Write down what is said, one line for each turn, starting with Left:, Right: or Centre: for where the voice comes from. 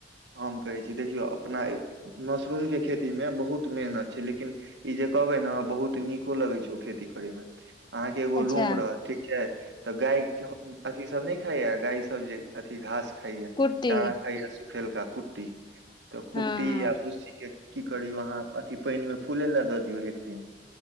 Right: हम कहै छी देखियौ अपना ए मशरूम के खेती मे बहुत मेहनत छै लेकिन ई जे कहबै न बहुत नीको लगै छै ओ खेती करमे। <unintelligible> अहाँ के एगो
Left: अच्छा
Right: रूम रहत ठीक छै। तऽ गाय -अथी सब नई। खायइा गााय सब्जी। <unintelligible> अथी घास। <unintelligible> खाय
Left: कुट्टी
Right: चारा खाय। फेलका कुट्टी। <unintelligible> तऽ कुट्टी
Left: हँ हँ
Right: या भुस्सीे के। की करियौ अहाँ -अथिी पानिमे फूले लए दऽ दियौ एक दिन।